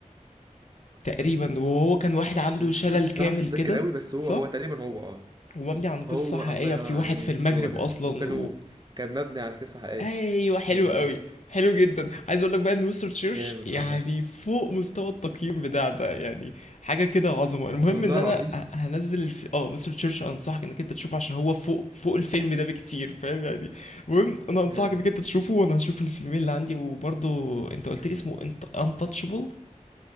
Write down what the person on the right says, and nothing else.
مش
مش
بس
بصراحه مش متذكر
قوي بس هو
هو تقريبا هو اه
هو
الله ينور
عليك
هو ده
وكانوا كان مبني على قصه حقيقيه
بالظبط
جامد
والله
والله
العظيم
جامد